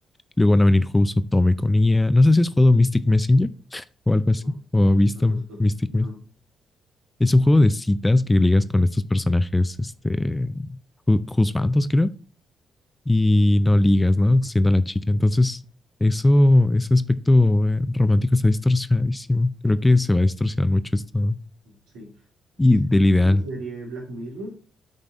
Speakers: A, on the left; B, on the right.
A: Luego van a venir juegos Otome con I a No sé si has jugado Mystic Messenger o algo así,
B: No,
A: o
B: no le
A: visto
B: conozco.
A: Mystic
B: No,
A: Messenger. Es un juego de citas que ligas con estos personajes, este, ju- juzbandos, creo. y no ligas, ¿no? Siendo la chica. Entonces, eso, ese aspecto eh, romántico está distorsionadísimo. Creo que se va a distorsionar mucho esto. ¿no?
B: sí.
A: Y
B: Si
A: del
B: ubicas
A: ideal.
B: la serie Black Mirror,